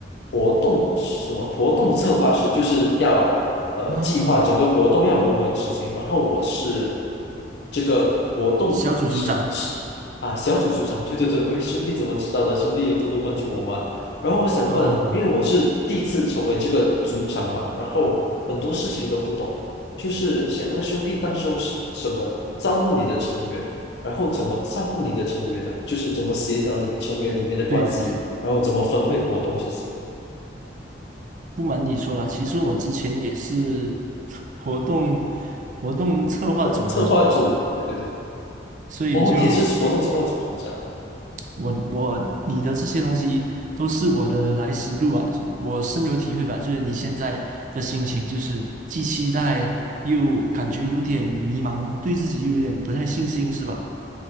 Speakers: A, on the left; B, on the right.
A: 活动什么活动策划师，就是要呃计划整个活动要如何执行，
B: 啊，
A: 然后我是这个活动是是啊小组组长，
B: 小组组长。
A: 对对对，喂兄弟怎么知道的？兄弟有多多关注我吗？然后我想问，
B: 哦，
A: 因为我是第一次成为这个组长嘛，然后很多事情都不懂，
B: 嗯
A: 就是想问兄弟，当时候是什么招募你的成员？然后怎么照顾你的成员呢、就是怎么协调你成员里面的关系，
B: 对对对，
A: 然后怎么分配活动这些，其
B: 不瞒你说啦，其实我之前也是 <laughs> 活动活动策划组组长，
A: 实策划组，对对对，
B: 所以就。
A: 哦，你也是活动策划组组长，
B: 我我你的这些东西都是我的来时路啊，就是我深有体会吧。就是你现在的心情，就是既期待又感觉有点迷茫，对自己又有点不太信心，是吧？